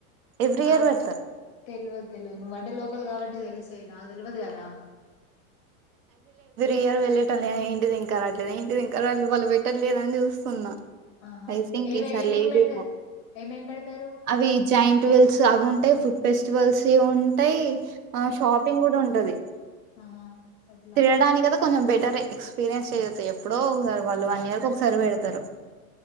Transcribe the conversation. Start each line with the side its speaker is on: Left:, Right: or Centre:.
Right: ఎవ్రీ
Left: నాకు,
Right: ఇయర్ పెడతారు
Left: తెల్వదు తెల్వదు నువ్వంటే లోకల్ కావా మీ తెలుస్ తే నా తెల్వదు కదా.
Right: ఇయాల వెళ్ళటం ఏంటిది ఇంకా రాట్లేదు ఏంటి ఇంకా రాట్లేదు వాళ్ళు పెట్టట్లేదని చూస్తున్నా.
Left: ఆహా
Right: ఐ థింక్
Left: ఏమేమి
Right: ఈసారి
Left: ఏమేమి
Right: లేదేమో
Left: పెడతారు ఏమేమి పెడతారు
Right: అవి జాయింట్ వెల్స్ అవి ఉంటాయి. ఫెస్టివల్స్ ఉంటాయి ఆ షాప్ ఉంటది
Left: ఆహా అట్లా
Right: తిరగడానికి కదా కొంచెం బెటర్ ఎక్స్పీరియన్స్ చేయతాయి ఎప్పుడో ఒకసారి వాళ్ళు వన్ ఇయర్ కు ఒకసారి పెడతారు.